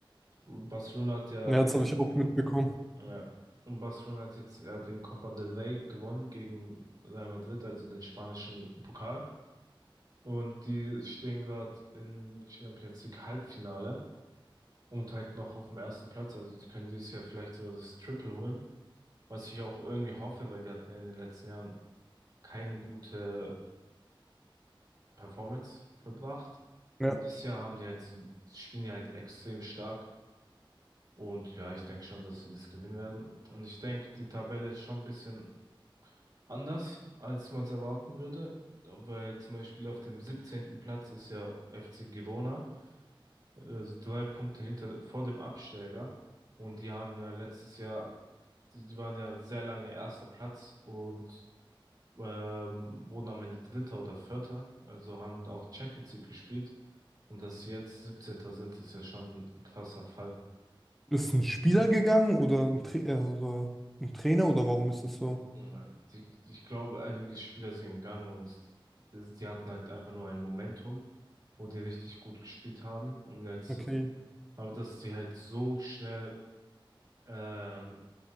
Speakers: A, on the right (about 45°); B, in the centre.
A: Und Barcelona hat ja,
B: Ja, das habe ich Also, auch mitbekommen.
A: ja, und Barcelona hat jetzt ja den Copa del Rey gewonnen gegen Real Madrid, also den spanischen Pokal. Und die stehen gerade im Champions League Halbfinale und halt noch auf dem ersten Platz. Also die können dieses Jahr vielleicht sogar das Triple holen. Was ich auch irgendwie hoffe, weil die hatten ja in den letzten Jahren keine gute Performance vollbracht.
B: Ja.
A: Und dieses Jahr haben die halt, so, spielen die halt extrem stark. Und ja, ich denke schon, dass sie das gewinnen werden. Und ich denke, die Tabelle ist schon ein bisschen anders, als man es erwarten würde. Weil zum Beispiel auf dem siebzehnten Platz ist ja FC Girona, also drei Punkte hinter, vor dem Absteiger. Und die haben ja letztes Jahr, die, die waren ja sehr lange erster Platz und ähm, wurden am Ende Dritter oder Vierter, also haben auch Champions League gespielt. Und dass sie jetzt Siebzehnter sind, ist ja schon ein krasser Fall.
B: ist ein Spieler gegangen oder ein, Tra äh, also ein Trainer oder warum ist es so?
A: Mhm. Die, die- ich glaube, einige Spieler sind gegangen und es- die hatten halt einfach nur ein Momentum, wo die richtig gut gespielt haben. Und jetzt,
B: Okay.
A: aber dass sie halt so schnell ähm,